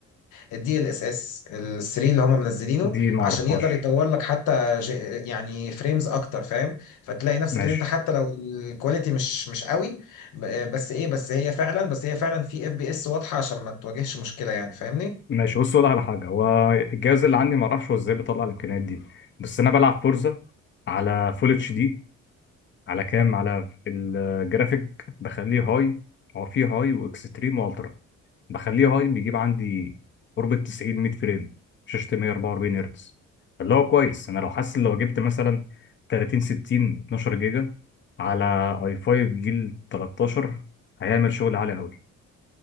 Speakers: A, on the left (about 80°); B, on the left (about 40°).
A: الدي ال اس اس ال 3 اللي هم منزلينه
B: دي ما
A: عشان
B: اعرفهاش
A: يقدر يطور لك حتى ج- يعني فريمز اكتر فاهم فتلاقي نفسك
B: ماشي
A: ان انت حتى لو الكواليتي مش مش قوي ب- آه، بس ايه بس هي فعلا بس هي فعلا في اف بي اس واضحه عشان ما تواجهش مشكله يعني فاهمني
B: ماشي بص اقول على حاجه هو الجهاز اللي عندي ما اعرفش هو ازاي بيطلع الامكانيات دي بس انا بلعب فورزا على فول اتش دي على كام على في الجرافيك بخليه هاي هو فيه هاي واكستريم والترا بخليه هاي بيجيب عندي قرب ال 90 100 فريم شاشة 144 هرتز اللي هو كويس انا لو حاسس لو جبت مثلا 30 60 12 جيجا على اي 5 جيل 13 هيعمل شغل عالي قوي